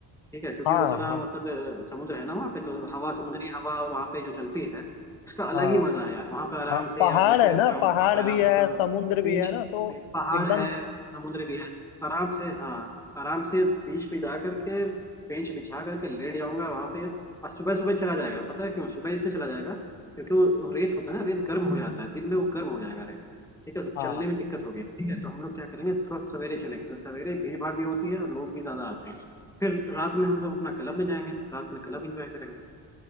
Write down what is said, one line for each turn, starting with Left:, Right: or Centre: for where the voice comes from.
Centre: ठीक है क्योंकि
Left: हाँ
Centre: उतना
Left: हाँ
Centre: मतलब अ, समुद्र है ना वहाँ पे तो हवा समुद्री हवा वहाँ पे जो चलती है उसका अलग
Left: हाँ
Centre: ही मजा है यार वहाँ पे आराम
Left: हाँ
Centre: से
Left: पहाड़
Centre: यार मैं तो
Left: है
Centre: जाऊँगा
Left: ना पहाड़
Centre: वहाँ पे आराम
Left: भी है
Centre: से जो
Left: समुद्र भी
Centre: बीच
Left: है ना तो
Centre: पहाड़
Left: एकदम
Centre: है समुद्र भी है तो आराम से हाँ आराम से बीच पे जा करके बेंच बिछा करके लेट जाऊंगा वहाँ पे और सुबह सुबह चला जाएगा पता है क्यों सुबह इसलिए चला जाएगा क्योंकि वो रेत होता है ना रेत गर्म हो जाता है दिन में वो गर्म हो जाएगा रेत ठीक है तो
Left: हाँ
Centre: चलने में दिक्कत होगी ठीक है तो हम लोग क्या करेंगे थोड़ा सवेरे चलेंगे तो सवेरे भीड़ भाड़ भी होती है और लोग भी ज्यादा आते हैं फिर रात में हम लोग अपना क्लब में जाएंगे रात में क्लब एंजॉय करेंगे